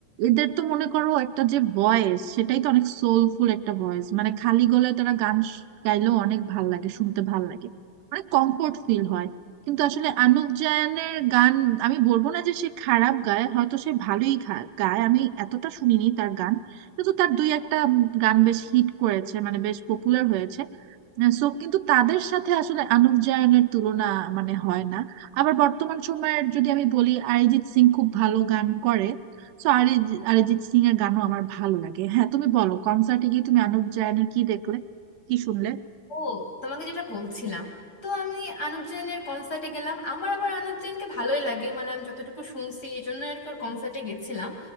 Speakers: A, on the right (about 90°); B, on the left (about 35°).
A: এদের তো মনে করো একটা যে ভয়েস সেটাই তো অনেক সোলফুল একটা ভয়েস মানে খালি গলায় তারা গান শ- গাইলেও অনেক ভাল লাগে শুনতে ভাল লাগে অনেক কমফোর্ট ফিল হয় কিন্তু আসলে আনুপ জায়নের গান আমি বলবো না যে সে খারাপ গায় হয়তো সে ভালোই খা- গায় আমি এতটা শুনিনি তার গান কিন্তু তার দুই একটা উম, গান বেশ হিট করেছে মানে বেশ পপুলার হয়েছে সো কিন্তু তাদের সাথে আসলে আনুপ জায়নের তুলনা মানে হয় না আবার বর্তমান সময়ের যদি আমি বলি অরিজিৎ সিং খুব ভালো গান করে সো অরিজিৎ অরিজিৎ সিং এর গানও আমার ভালো লাগে হ্যাঁ তুমি বলো কনসার্টে গিয়ে তুমি আনুপ জায়নের কি দেখলে কি শুনলে
B: ও তোমাকে যেটা বলছিলাম তো আমি আনুপ জৈনের কনসার্টে গেলাম আমার আবার আনুপ জৈনকে ভালোই লাগে মানে আমি যতটুকু শুনছি এই জন্য আর কি ওর কনসার্টে গেছিলাম